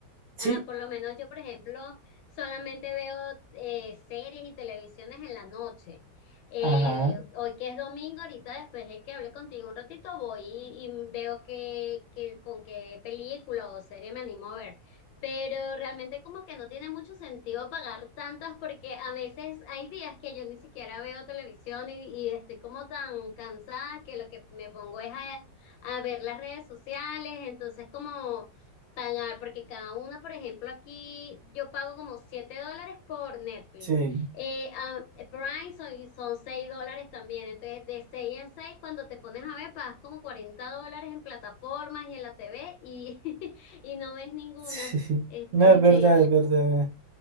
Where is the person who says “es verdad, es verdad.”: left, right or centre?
Right